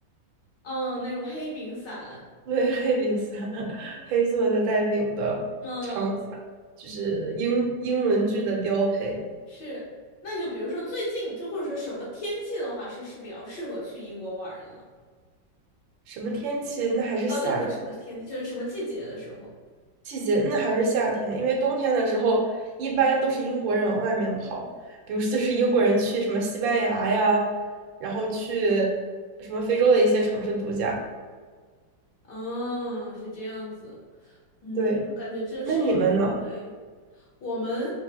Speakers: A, on the left; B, on the right.
A: 嗯，那种黑柄伞，
B: 对，黑柄伞，<laughs> 黑色的带柄的长伞，
A: 嗯，
B: 就是英英伦剧的标配。
A: 是。那你就比如说最近就或者说什么天气的话，是是比较适合去英国玩儿的呢？
B: 什么天气？那还是夏天
A: 哦，这不是什么天，就是什么季节的时候。
B: 季节，那还是夏天，因为冬天的时候一般都是英国人往外面跑，比如说就是英国人去什么西班牙呀，然后去什么非洲的一些城市度假。
A: 嗯，是这样子。嗯，
B: 对，
A: 我感觉这是有机会。
B: 那你们呢？
A: 我们，